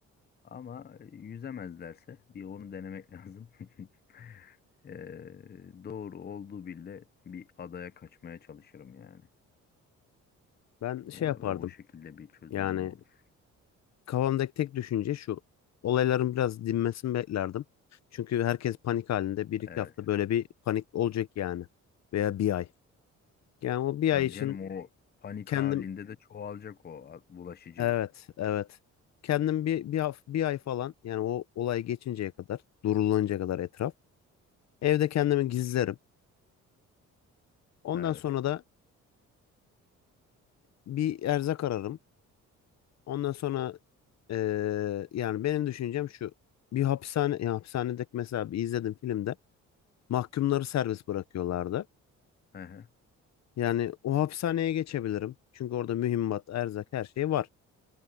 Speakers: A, on the left; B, on the left.
A: ama yüzemezlerse bir onu denemek lazım. <laughs> Ee, doğru olduğu bile bir adaya kaçmaya çalışırım yani.
B: Ben şey
A: O,
B: yapardım.
A: o şekilde bir çözümüm
B: Yani
A: olur.
B: kafamdaki tek düşünce şu. Olayların biraz dinmesini beklerdim. Çünkü herkes panik halinde. Bir iki
A: Evet.
B: hafta böyle bir panik olacak yani. Veya bir ay. Yani o bir
A: Tabii
B: ay için
A: canım o panik
B: kendim
A: halinde de çoğalacak o a- bulaşıcılık.
B: evet evet kendim bir bir, haf- bir ay falan yani o olay geçinceye kadar durulunca kadar etraf evde kendimi gizlerim. Ondan
A: Evet.
B: sonra da bir erzak ararım. Ondan sonra eee, yani benim düşüncem şu bir hapishane ya hapishanedeki mesela bir izledim filmde mahkumları serbest bırakıyorlardı.
A: Hı hı.
B: Yani o hapishaneye geçebilirim. Çünkü orada mühimmat, erzak her şey var.